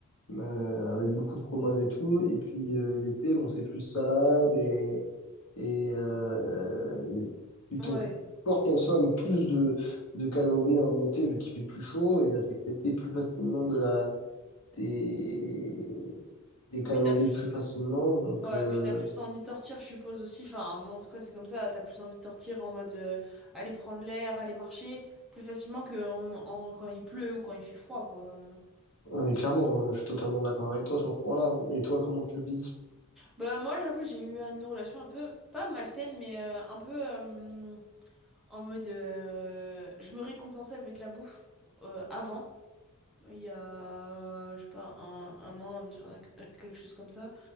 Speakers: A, on the left; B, in the centre.
A: euh, avec beaucoup de fromage et tout, et puis euh, l'été, bon, c'est plus salade et et, euh, et plus
B: Ouais.
A: ton corps consomme plus de, de calories en été vu qu'il fait plus chaud, il va sécréter plus facilement de la des, des
B: Et
A: calories
B: puis t'as plus.
A: plus facilement. Donc
B: Ouais,
A: euh,
B: et puis t'as plus envie de sortir, je suppose aussi. Enfin, moi, en tout cas, c'est comme ça. T'as plus envie de sortir en mode euh, aller prendre l'air, aller marcher plus facilement que en- en- quand il pleut ou quand il fait froid, quoi.
A: on est clairement, euh, je suis totalement d'accord avec toi sur ce point-là. Et toi, comment tu le vis?
B: Bah moi j'avoue j'ai eu une relation un peu pas malsaine mais euh, un peu euh, en mode euh, je me récompensais avec la bouffe euh, avant il y a je sais pas un, un an un- quelque chose comme ça